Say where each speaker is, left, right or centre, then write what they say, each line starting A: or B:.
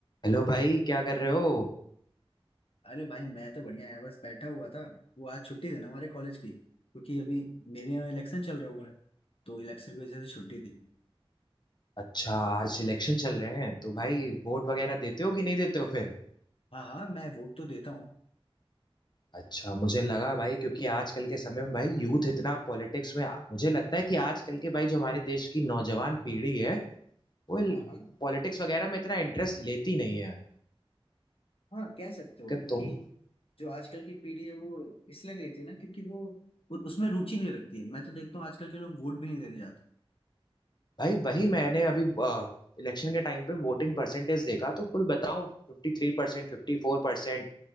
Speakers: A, on the left; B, on the left.
A: Hello भाई क्या कर रहे हो
B: अरे भाई मैं तो बढ़िया है बस बैठा हुआ था वो आज छुट्टी थी ना हमारे कॉलेज की क्योंकि अभी मेरे यहाँ इलेक्शन चल रहा हुआ है तो इलेक्शन की वजह से छुट्टी थी
A: अच्छा आज इलेक्शन चल रहे हैं तो भाई वोट वगैरह देते हो कि नहीं देते हो फिर
B: हाँ हाँ मैं वोट तो देता हूँ
A: अच्छा मुझे लगा भाई क्योंकि आजकल के समय में भाई यूथ इतना पॉलिटिक्स में मुझे लगता है कि आजकल के भाई जो हमारे देश की नौजवान पीढ़ी है वो
B: हाँ हाँ
A: पॉलिटिक्स वगैरह में इतना इंटरेस्ट लेती नहीं है
B: हाँ कह सकते हो
A: कि
B: क्योंकि
A: तुम
B: जो आजकल की पीढ़ी है वो इसलिए नहीं थी ना क्योंकि वो उ- उसमें रुचि नहीं रखती है मैं तो देखता हूँ आजकल के लोग वोट भी नहीं देने जाते
A: भाई वही मैंने अभी इलेक्शन के टाइम पे वोटिंग परसेंटेज देखा तो कुल बताओ फिफ्टी थ्री परसेंट फिफ्टी फोर परसेंट,